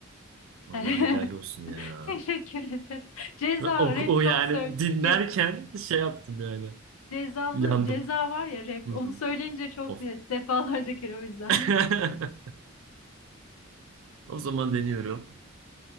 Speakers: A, on the right; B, on the left.
A: Vallahi
B: <laughs>
A: helal olsun ya.
B: Teşekkür ederim. Ceza
A: Ve O,
B: rap çok
A: o yani
B: söyle.
A: dinlerken
B: Ce
A: şey yaptım yani.
B: cezalı
A: Yandım.
B: ceza var ya rap.
A: Hı
B: Onu
A: hı.
B: söyleyince çok
A: Of.
B: e, defalarca kere o yüzden.
A: <laughs> O zaman deniyorum.